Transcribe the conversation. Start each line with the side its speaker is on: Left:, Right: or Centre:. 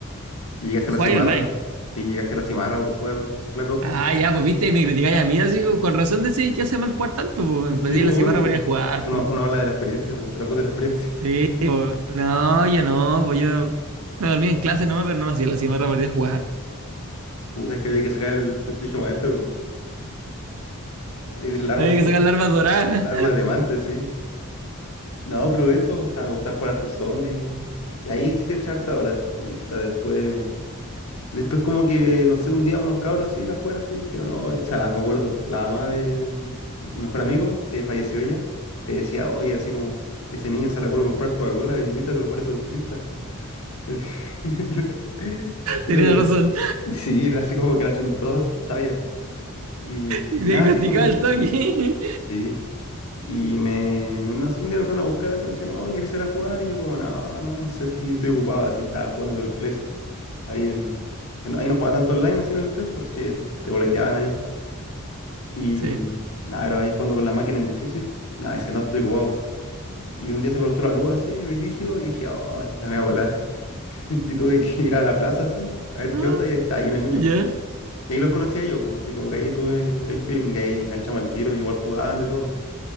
Left: Llegué a hacer
Right: Jugáis
Left: la cimarra.
Right: online.
Left: Sí, llegué a hacer la cimarra por jugar Black Ops.
Right: Ah, ya, pues viste, me criticáis a mí, así como, con razón decís que hace mal jugar tanto, pues.
Left: Sí,
Right: Así
Left: po,
Right: en la semana
Left: obvio, po.
Right: para ir a jugar,
Left: Uno,
Right: pues.
Left: uno habla de la experiencia, po, de la voz de la experiencia.
Right: Sí, pues. No, yo no, pues yo me dormía en clase nomás, pero no me hacía la cimarra para ir a jugar.
Left: Puta, es que había que sacar el prestigio maestro. Hay que tener las
Right: Había
Left: armas,
Right: que
Left: co-
Right: sacar la arma dorada.
Left: las armas de diamante, sí. No, pero eso, o sea, me gustaba jugar hartos zombies. Y ahí sí que echaba harta ahora. Y puta, después. Después, como que, no sé, un día unos cabros así de afuera así dijeron, no, o sea, la- me acuerdo, la mamá de un mejor amigo, que falleció ya, le decía, oye, así como, ese niño sale a puro comprar Coca-Cola, invítalo, parece autista. <laughs> Pero
Right: Tenía
Left: de.
Right: razón.
Left: Sí, así como que la chuntó, sabía. Y,
Right: Diagnosticaba
Left: y nada, así como
Right: el
Left: que.
Right: toque.
Left: Sí, y me, me- no sé, un día me fueron a buscar así, me decían, no, yo quería salir a jugar, y yo como, no, no, no sé, estoy, estoy ocupado, así estaba jugando el PES, ahí en, en- ahí no jugaba tanto online así en el PES porque te boleteaban ahí, y
Right: Sí.
Left: nada, era ahí jugando con la máquina en difícil, nada, decía, no, estoy ocupado, y un día se cortó la luz así, rígido, y dije, oh, la voy a volar, <laughs> y tuve que ir a la plaza así, a ver
Right: Ah,
Left: qué onda, y ahí está, ahí unos niños,
Right: ya.
Left: po. y ahí los conocí a ellos, po, así como que ahí tuve el, el feeling, y ahí enganchamos al tiro, igual jugaban de todo,